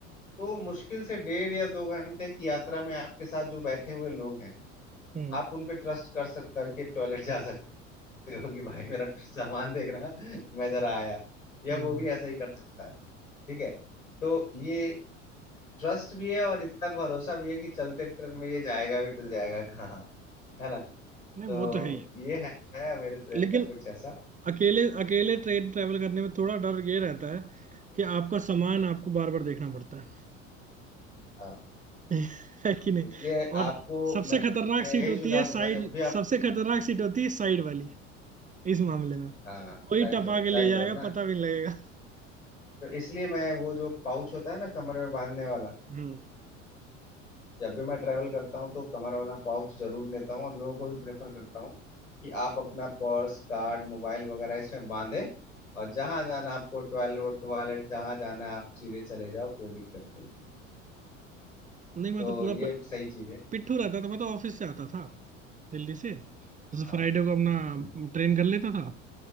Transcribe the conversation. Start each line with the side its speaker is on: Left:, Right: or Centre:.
Left: तो मुश्किल से डेढ़ या दो घंटे की यात्रा में आपके साथ जो बैठे हुए लोग हैं
Right: हम्म
Left: आप उन पे ट्रस्ट कर सक करके टॉयलेट जा सकते हो कि भाई मेरा सामान देखना मैं जरा आया या
Right: हम्म।
Left: वो भी ऐसा ही कर सकता है ठीक है तो ये ट्रस्ट भी है और इतना भरोसा भी है कि चलते ट्रेन में ये जाएगा भी तो जाएगा <laughs> कहाँ है ना
Right: नहीं
Left: तो
Right: वो तो है ही
Left: ये है, है मेरे ट्रेन
Right: लेकिन
Left: का कुछ ऐसा
Right: अकेले अकेले ट्रेन ट्रैवल करने में थोड़ा डर ये रहता है कि आपका सामान आपको बार बार देखना पड़ता है
Left: हाँ
Right: <laughs> है कि नहीं
Left: इसलिए आपको
Right: और सबसे
Left: मैं
Right: खतरनाक
Left: मैं
Right: सीट
Left: यही
Right: होती
Left: सुझाव
Right: है
Left: दूंगा
Right: साइड
Left: जब भी
Right: सबसे
Left: आप
Right: खतरनाक सीट होती है साइड वाली इस मामले में
Left: हाँ
Right: कोई
Left: साइड
Right: टपा
Left: लोअर साइड
Right: के ले
Left: लोअर
Right: जाएगा
Left: ना
Right: पता भी नहीं लगेगा
Left: तो इसलिए मैं वो जो पाउच होता है ना कमर में बांधने वाला
Right: हम्म
Left: जब भी मैं ट्रैवल करता हूँ तो कमर वाला पाउच जरूर लेता हूँ और लोगों को भी प्रेफर करता हूँ कि आप अपना पर्स कार्ड मोबाइल वगैरह इसमें बांधे और जहाँ जाना आपको टॉयलेट टॉयलेट जहाँ जाना है, आप सीधे चले जाओ कोई दिक्कत नहीं
Right: नहीं मैं
Left: तो
Right: तो पूरा
Left: ये
Right: प-
Left: सही चीज़ है
Right: पिट्ठू रहता था मैं तो ऑफिस से आता था दिल्ली से जैसे
Left: हाँ
Right: फ्राइडे को अपना
Left: हम्म,
Right: ट्रेन कर लेता था